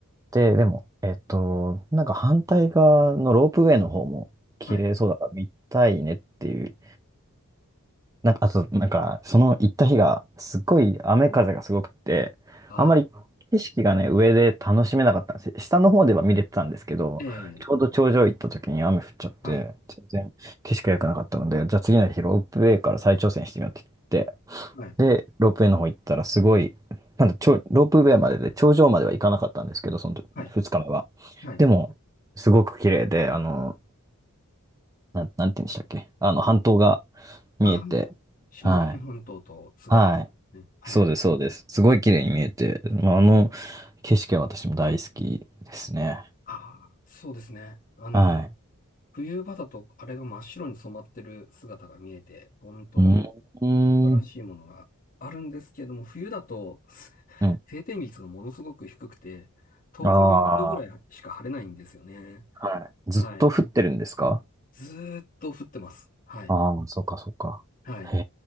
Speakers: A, on the right (about 15°); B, on the left (about 40°).
A: で、でも、えっと、なんか反対側のロープウェイの方も綺麗そうだから見たいねっていう。
B: はい。
A: な、あと、なんか、その行った日が、すっごい雨風がすごくて、
B: ああ、
A: あんまり景色がね、上で楽しめなかったんですよ。下の方では見れてたんですけど、
B: ええ、
A: ちょうど頂上行った時に雨降っちゃって、
B: はい、
A: 全然景色が良くなかったので、じゃあ次の日ロープウェイから再挑戦してみようって言って、
B: はい、
A: で、ロープウェイの方行ったら、すごい、なんだ、ちょ、ロープウェイまでで、頂上までは行かなかったんですけど、その2日目は。
B: はい、はい。
A: でも、すごく綺麗で、あの、なん、なんて言うんでしたっけあの、半島が見えて、
B: ああ、下北半島と津軽半島ですね。
A: はい。はい。
B: はい。
A: そうです、そうです。すごい綺麗に見えて、まあ、あの景色は私も大好きですね。
B: ああ、そうですね。あの、
A: は
B: 冬場だとあれが真っ白に染まってる姿が見えて、本当に
A: い。う
B: 素晴らしいものがあるんですけれども、
A: ん。
B: 冬だと <laughs>
A: うん。
B: 晴天率がものすごく低くて、10日に一度ぐらいしか晴れないんですよね。
A: ああー、はい。ずっと降ってるんですか
B: はい。ずーっと降ってます。はい。
A: ああ、そっかそっか。
B: はい。
A: へ